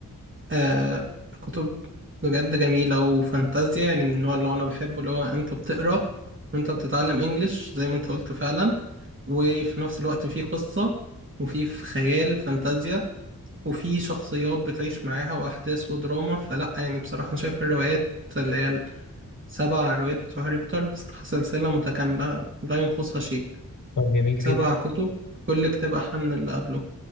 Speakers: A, on the right (about 35°); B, on the left (about 55°).
A: آه، كتب بجد جميلة وفانتازيا يعني من النوع اللي هو أنا بحبه اللي هو أنت بتقرأ وأنت بتتعلم إنجليش زي ما أنت قلت فعلا وفي نفس الوقت في قصة وفي في خيال فانتازيا وفي شخصيات بتعيش معاها وأحداث ودراما فلأ يعني بصراحة أنا شايف الروايات اللي هي السبع روايات بتوع هاري بوتر بصراحة سلسلة متكاملة لا ينقصها شيء
B: طب جميل
A: سبع
B: جدا
A: كتب كل كتاب أحلى من اللي قبله